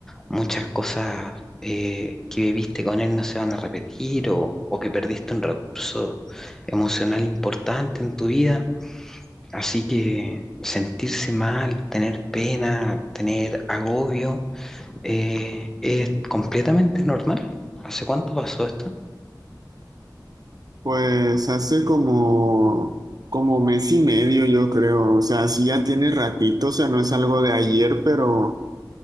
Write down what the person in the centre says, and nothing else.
muchas cosas eh, que viviste con él no se van a repetir o, o que perdiste un recurso emocional importante en tu vida. Así que sentirse mal, tener pena, tener agobio, eh, es completamente normal. ¿Hace cuánto pasó esto?